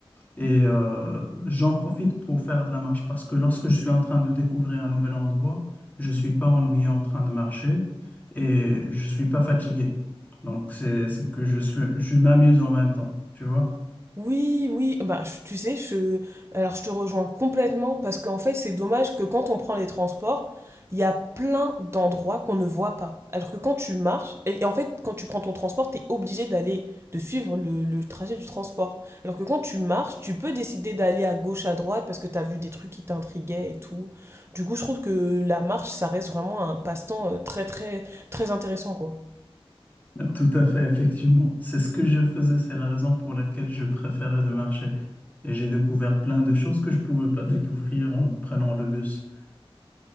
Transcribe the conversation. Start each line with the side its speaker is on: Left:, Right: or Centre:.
Left: Et euh, j'en profite pour faire de la marche parce que lorsque je suis en train de découvrir un nouvel endroit, je suis pas ennuyé en train de marcher et je suis pas fatigué. Donc c'est c'est que je suis je m'amuse en même temps, tu vois?
Right: Oui, oui, bah, je- tu sais, je, alors je te rejoins complètement parce qu'en fait, c'est dommage que quand on prend les transports, il y a plein d'endroits qu'on ne voit pas. Alors que quand tu marches, et et en fait, quand tu prends ton transport, tu es obligé d'aller, de suivre le, le trajet du transport. Alors que quand tu marches, tu peux décider d'aller à gauche, à droite parce que tu as vu des trucs qui t'intriguaient et tout. Du coup, je trouve que la marche, ça reste vraiment un passe-temps euh, très, très, très intéressant, quoi.
Left: Tout à fait, effectivement. C'est ce que je faisais, c'est la raison pour laquelle je préférais de marcher. Et j'ai découvert plein de choses que je pouvais pas découvrir en prenant le bus.